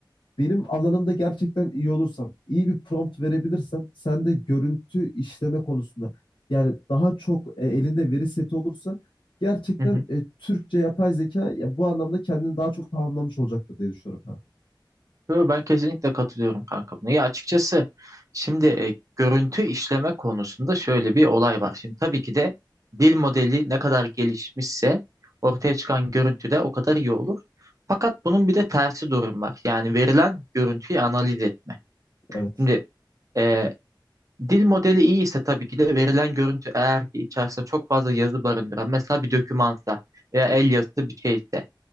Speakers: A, on the left; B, on the right.
A: benim alanımda gerçekten iyi olursam, iyi bir prompt verebilirsem, sen de görüntü işleme konusunda yani daha çok e, elinde veri seti olursa gerçekten
B: <laughs>
A: e, Türkçe yapay zeka ya, bu anlamda kendini daha çok tamamlamış olacaktır diye düşünüyorum. Ha.
B: Yo, ben kesinlikle katılıyorum kanka buna. Ya açıkçası şimdi e, görüntü işleme konusunda şöyle bir olay var. Şimdi tabii ki de dil modeli ne kadar gelişmişse ortaya çıkan görüntü de o kadar iyi olur. Fakat bunun bir de tersi durum var. Yani verilen görüntüyü analiz etme.
A: Evet.
B: Şimdi e, dil modeli iyi ise tabii ki de verilen görüntü eğer ki içerisinde çok fazla yazı barındıran mesela bir dokümansa veya el yazısı bir şeyse